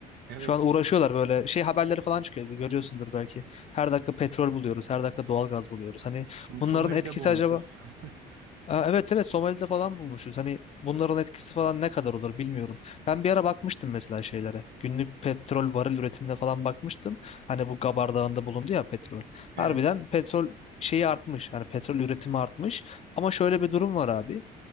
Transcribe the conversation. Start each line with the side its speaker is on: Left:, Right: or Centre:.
Right: Evet,
Left: şu an uğraşıyorlar böyle şey haberleri falan çıkıyor görüyorsundur belki. Her dakika petrol buluyoruz, her dakika doğal gaz buluyoruz. Hani
Right: şimdi
Left: bunların
Right: Somali'de
Left: etkisi
Right: bulmuşuz.
Left: acaba?
Right: <laughs>
Left: Aa, evet evet Somali'de falan bulmuşuz. Hani bunların etkisi falan ne kadar olur bilmiyorum. Ben bir ara bakmıştım mesela şeylere. Günlük petrol varil üretimine falan bakmıştım. Hani bu Gabar Dağı'nda bulundu ya petrol.
Right: Evet,
Left: Harbiden petrol şeyi artmış. Hani petrol üretimi artmış. Ama şöyle bir durum var abi.